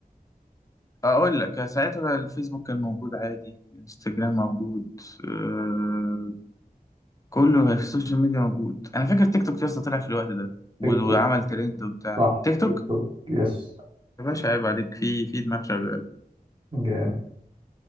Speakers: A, on the left (about 20°); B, on the right (about 35°).
A: اقول لك ساعتها الفيسبوك كان موجود عادي الانستجرام موجود آه كله في السوشيال ميديا موجود انا فاكر تيك توك لسه طلع في الوقت ده و-
B: تيك توك
A: وعمل ترند وبتاع
B: صح
A: تيك توك
B: تيك توك يس
A: يا باشا عيب عليك في في دماغ شغال
B: جامد